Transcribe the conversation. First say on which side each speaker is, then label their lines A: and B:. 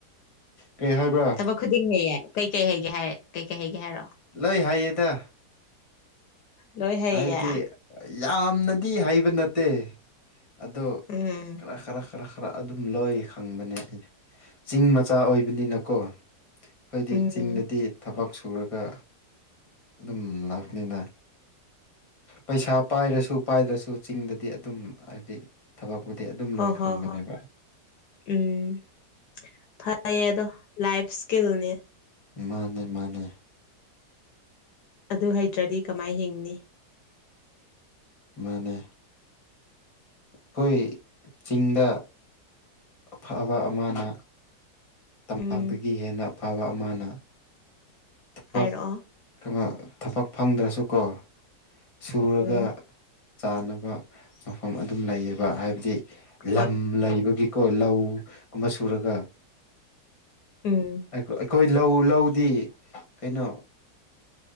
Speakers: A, on the left; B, on the left.
A: ꯀꯩ ꯍꯥꯏꯕ꯭ꯔꯥ
B: ꯍ ꯈꯨꯗꯤꯡ ꯍꯩꯌꯦ ꯀꯩꯀꯩ ꯍꯒꯦ ꯍꯥꯏꯔꯦ ꯀꯩꯀꯩ ꯍꯩꯒꯦ ꯍꯥꯏꯔꯛꯣ
A: ꯂꯩ ꯍꯥꯏꯌꯦꯗ
B: ꯂꯣꯏ ꯍꯩꯌꯦ
A: ꯍꯥꯏꯕꯗꯤ ꯌꯥꯝꯅꯗꯤ ꯍꯩꯕ ꯅꯠꯇꯦ ꯑꯗꯣ
B: ꯎꯝ
A: ꯈꯔ ꯈꯔ ꯈꯔ ꯈꯔ ꯑꯗꯨꯝ ꯂꯣꯏ ꯈꯪꯕꯅꯦ ꯑꯩ ꯆꯤꯡ ꯃꯆꯥ ꯑꯣꯏꯕꯅꯤꯅꯀꯣ ꯑꯩꯣꯏꯗꯤ
B: ꯎꯝ
A: ꯆꯤꯡꯗꯗꯤ ꯊꯕꯛ ꯁꯨꯔꯒ ꯑꯗꯨꯝ ꯂꯥꯛꯅꯤꯅ ꯄꯩꯁꯥ ꯄꯥꯏꯔꯁꯨ ꯄꯥꯏꯗ꯭ꯔꯁꯨ ꯆꯤꯡꯗꯗꯤ ꯑꯗꯨꯝ ꯍꯥꯏꯕꯗꯤ ꯊꯕꯛꯄꯨꯗꯤ ꯑꯗꯨꯝ
B: ꯍꯣ
A: ꯂꯣꯏ ꯈꯪꯕꯅꯦꯕ
B: ꯍꯣ ꯍꯣꯏ ꯎꯝ ꯐꯩꯌꯦ ꯑꯗꯣ ꯂꯥꯏꯐ ꯏꯁꯀꯤꯜꯅꯤ
A: ꯃꯥꯅꯦ ꯃꯥꯅꯦ
B: ꯑꯗꯨ ꯍꯩꯇ꯭ꯔꯗꯤ ꯀꯃꯥꯏ ꯍꯤꯡꯅꯤ
A: ꯃꯅꯦ ꯑꯩꯈꯣꯏ ꯆꯤꯡꯗ ꯑꯐꯕ ꯑꯃꯅ ꯇꯝꯄꯥꯛꯇꯒꯤ
B: ꯎꯝ
A: ꯍꯦꯟꯅ ꯑꯐꯕ ꯑꯃꯅ ꯊꯕ
B: ꯍꯥꯏꯔꯛꯑꯣ
A: ꯀꯩꯅꯣ ꯊꯕꯛ ꯐꯪꯗ꯭ꯔꯁꯨꯀꯣ ꯁꯨꯔꯒ
B: ꯎꯝ
A: ꯆꯥꯅꯕ ꯃꯐꯝ ꯑꯗꯨꯝ ꯂꯩꯌꯦꯕ ꯍꯥꯏꯕꯗꯤ ꯂꯝ
B: ꯍꯣꯏ ꯍꯣꯏ
A: ꯂꯩꯕꯒꯤꯀꯣ ꯂꯧꯒꯨꯝꯕ ꯁꯨꯔꯒ
B: ꯎꯝ
A: ꯑꯩꯈꯣꯏ ꯂꯧ ꯂꯧꯗꯤ ꯀꯩꯅꯣ